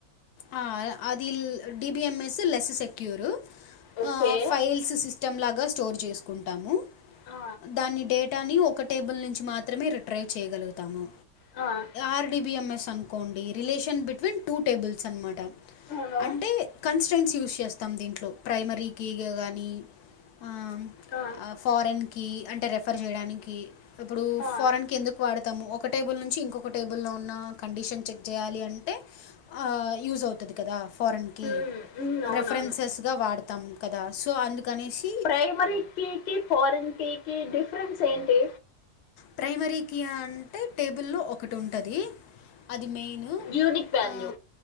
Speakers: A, on the left; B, on the left.
A: ఆ అదిల్ డిబిఎంఎస్ లెస్సు సెక్యూరు
B: ఓకే
A: ఆ ఫైల్ స్స్ సిస్టంలాగా స్టోర్ చేసుకుంటాము
B: ఆ,
A: దాన్ని డేట్ కానీ ఒక టేబుల్ నుంచి మాత్రమే రిట్రైవ్ చేయగలుగుతాము
B: ఆ
A: ఆర్డిబిఎంఎస్ అనుకోండి రిలేషన్ బిట్వీన్ టూ టేబుల్స్ అన్నాటా
B: అవును
A: అంటే అ కన్స్టెంట్స్ యూజ్ చేస్తాం దీంట్లో ప్రైమరీ కీగా గానీ ఆ
B: ఆ,
A: ఆఫ్ ఫారెన్ కి అంటే రెఫర్ జేయడానికి ఇప్పుడు
B: ఆ,
A: ఫారెన్కి ఎందుక్ ప వాడతాము ఒక టేబుల్ నుంచి ఇంకొక టేబుల్లో ఉన్నా కండిషన్ చెక్ జేయాలి అంటే ఆ యూజ్ అవుతది కదా ఫారెన్కి
B: మ్మ్, మ్మ్, అవునవును
A: రెఫరెన్సెస్ గా వాడతాం కదా సో అందుకనేస్
B: ప్రైమరీకీ కి ఫారెన్కీ కి డిఫరెన్స్ ఏంటి
A: ప్రైమరీకి అంటే టేబుల్లో ఒకటి ఉంటది అది మెయిన్
B: యూనిక్ వాల్యూ
A: అ